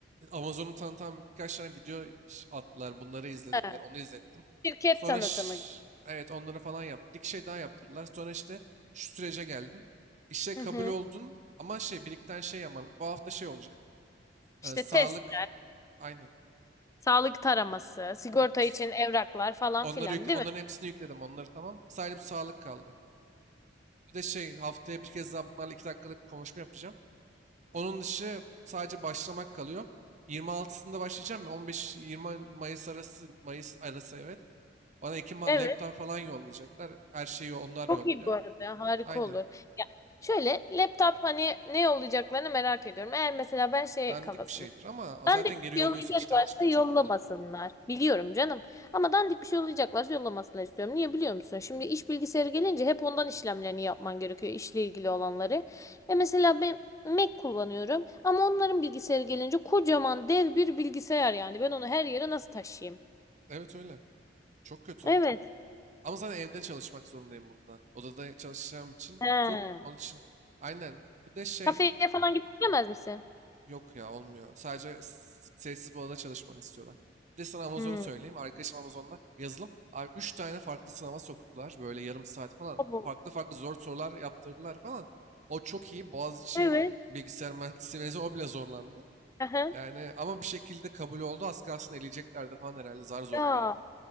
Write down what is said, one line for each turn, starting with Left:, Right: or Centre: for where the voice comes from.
Right: Amazon'u tanıtan birkaç tane video ş- attılar. Bunları izlediler.
Left: He.
Right: Onu izlettim.
Left: Şirket
Right: Sonra
Left: tanıtımı.
Right: ş- evet onları falan yaptık. Bir şey daha yaptırdılar. Sonra işte şu sürece geldim. İşe kabul
Left: Hı hı.
Right: oldun ama şey birikten şey yapmam. Bu hafta şey olacak.
Left: İşte
Right: Ee, sağlık.
Left: test,
Right: Aynen.
Left: sağlık taraması, sigorta
Right: Ee, ps-
Left: için evraklar falan
Right: Onları
Left: filan,
Right: yükle,
Left: değil
Right: onların
Left: mi?
Right: hepsini yükledim. Onları tamam. Sadece bu sağlık kaldı. Bir de şey haftaya bir kez daha bunlarla iki dakikalık bir konuşma yapacağım. Onun dışı sadece başlamak kalıyor. 26'sında başlayacağım ya 15-20 Mayıs arası Mayıs arası evet. Bana iki ma-
Left: Evet.
Right: laptop falan yollayacaklar. Her şeyi onlar
Left: Çok
Right: yolluyor.
Left: iyi bu arada. Harika
Right: Aynen.
Left: olur. Ya şöyle laptop hani ne olacaklarını merak ediyorum. Eğer mesela ben şey
Right: Dandik
Left: kafasındayım.
Right: bir şeydir ama
Left: Dandik
Right: zaten
Left: bir
Right: geri yolluyorsun
Left: şey yollayacaklarsa
Right: işten çıkınca
Left: yollamasınlar.
Right: onlara.
Left: Biliyorum canım. Ama dandik bir şey yollayacaklarsa yollamasınlar istiyorum. Niye biliyor musun? Şimdi iş bilgisayarı gelince hep ondan işlemlerini yapman gerekiyor. işle ilgili olanları. E mesela ben Mac kullanıyorum. Ama onların bilgisayarı gelince kocaman dev bir bilgisayar yani. Ben onu her yere nasıl taşıyayım?
Right: Evet öyle. Çok kötü
Left: Evet.
Right: o. Ama zaten evde çalışmak zorundayım bunda. Odada çalışacağım için
Left: He.
Right: full. Onun için aynen. Bir de şey
Left: Kafeye falan gidemez misin?
Right: Yok ya olmuyor. Sadece s- sessiz bir odada çalışmanı istiyorlar. Bir de sana Amazon'u
Left: Hmm.
Right: söyleyeyim. Arkadaşım Amazon'da yazılım. Abi 3 tane farklı sınava soktular. Böyle yarım saat falan.
Left: Abo.
Right: Farklı farklı zor sorular yaptırdılar falan. O çok iyi. Boğaziçi
Left: Evet.
Right: bilgisayar mühendisliği mezunu o bile zorlandı.
Left: Aha.
Right: Yani ama bir şekilde kabul oldu. Az kalsın eleyeceklerdi falan herhalde. Zar zor
Left: Ya
Right: girdi.